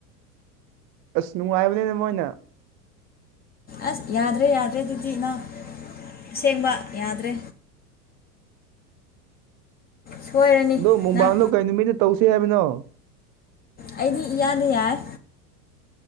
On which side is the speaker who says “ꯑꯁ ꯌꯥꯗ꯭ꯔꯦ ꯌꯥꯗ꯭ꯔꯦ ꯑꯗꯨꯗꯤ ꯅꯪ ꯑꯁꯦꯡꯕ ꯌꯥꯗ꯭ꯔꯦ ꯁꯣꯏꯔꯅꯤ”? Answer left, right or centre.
Left